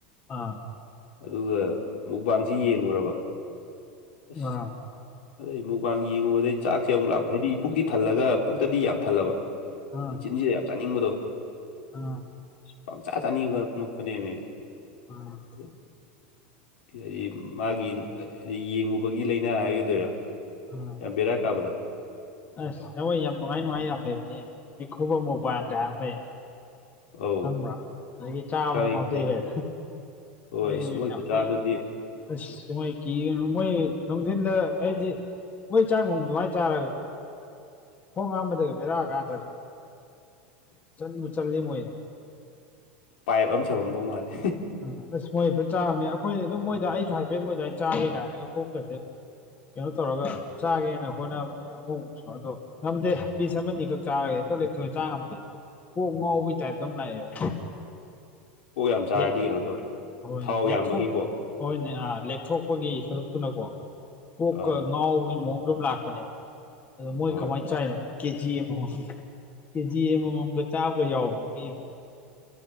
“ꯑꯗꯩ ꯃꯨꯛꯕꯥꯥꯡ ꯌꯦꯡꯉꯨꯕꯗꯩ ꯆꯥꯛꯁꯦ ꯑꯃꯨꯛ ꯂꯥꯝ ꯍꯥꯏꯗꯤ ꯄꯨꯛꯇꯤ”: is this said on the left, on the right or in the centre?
Left